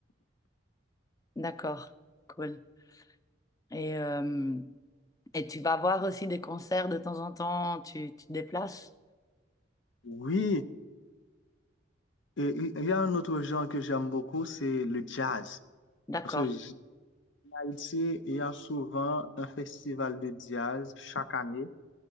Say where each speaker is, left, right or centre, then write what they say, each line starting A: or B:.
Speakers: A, on the left; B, on the left.
A: D'accord, cool. Et, euh, et tu vas voir aussi des concerts de temps en temps, tu, tu te déplaces?
B: Oui, et il y a un autre genre que j'aime beaucoup, c'est le jazz.
A: D'accord,
B: Parce que en Haïti, il y a souvent un festival de jazz chaque année